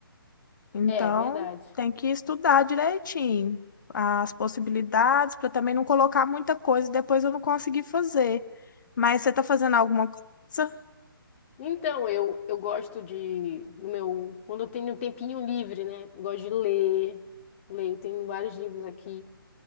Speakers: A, on the left (about 55°); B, on the left (about 30°).
A: Então,
B: É, verdade.
A: tem que estudar direitinho as possibilidades para também não colocar muita coisa e depois eu não conseguir fazer. Mas você tá fazendo alguma coisa?
B: Então, eu, eu gosto de, no meu, quando eu tenho um tempinho livre, né? Gosto de ler, ler, tem vários livros aqui.